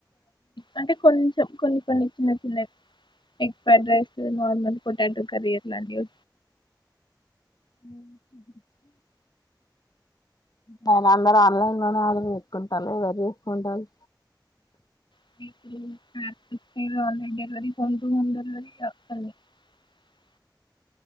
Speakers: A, on the left; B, on the left.
A: అంటే కొంచెం కొన్ని కొన్ని చిన్న చిన్న egg fried rice normal potato curry అట్లాంటివి
B: మ్మ్ నేన అందరు ఆన్లైన్ లోనే <unintelligible> ఎవరు చేసుకుంటారు
A: <inaudible>